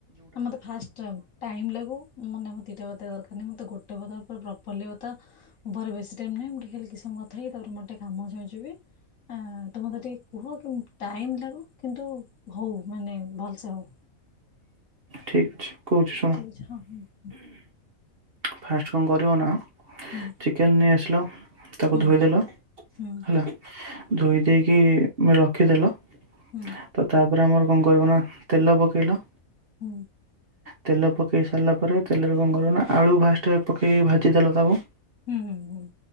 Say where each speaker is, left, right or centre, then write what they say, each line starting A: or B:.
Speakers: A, on the left (about 70°); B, on the right (about 45°).
A: ଆ ମତେ ଫାଷ୍ଟ ଟା ଟାଇମ୍ ଲାଗୁ ମୁଁ ନାଁ ମୁଁ ଦିଟା ବତେଇ ଦରକାର ନାହିଁ ମତେ ଗୋଟେ କଥା ପୁରା ପ୍ରପରଲି ବ ତ ମୋ ପାଖରେ ବେଶୀ ଟାଇମ୍ ନାହିଁ। ମୁଁ ଟିକେ ଖାଲି କି ସମୟ କଥା ହେଇ ତାପରେ ମଟେ କାମ ଅଛି ମୁଁ ଯିବି। ଆ ତୁ ମତେ ଟିକେ କୁହ କି ଟାଇମ୍ ଲାଗୁ କିନ୍ତୁ ହଉ ମାନେ ଭଲସେ ହଉ।
B: ଠିକ୍ ଛି କହୁଛି ଶୁ
A: ଆଚ୍ଛା ହଁ ହୁଁ ହୁଁ।
B: ଫାଷ୍ଟ କଁ କରିବ ନାଁ
A: ହୁଁ।
B: ଚିକେନ୍ ନେଇ ଆସିଲ ତାକୁ
A: ହୁଁ
B: ଧୋଇଦେଲ,
A: ହୁଁ
B: ହେଲା? ଧୋଇ ଦେଇକି ରଖିଦେଲ
A: ହୁଁ ହୁଁ
B: ତ ତା ପୁରା ମୋର କଁ କଇବ ନାଁ ତେଲ ପକେଇଲ
A: ହୁଁ।
B: ତେଲ ପକେଇ ସାରିଲା ପରେ ତେଲରେ କଁ କରିବ ନାଁ ଆଳୁ ଭାଷ୍ଟେ ପକେଇ ଭାଜି ଦେଲ ତାକୁ।
A: ହୁଁ ହୁଁ ହୁଁ